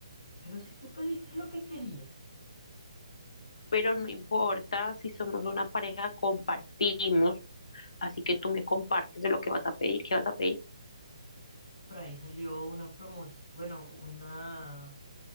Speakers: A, on the left (about 90°); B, on the left (about 65°).
A: Pero si tú pediste lo que querías.
B: pero no importa si somos una pareja, compartimos Así que tú me compartes de lo que vas a pedir, qué vas a pedir.
A: Por ahí salió una promoción, bueno, una,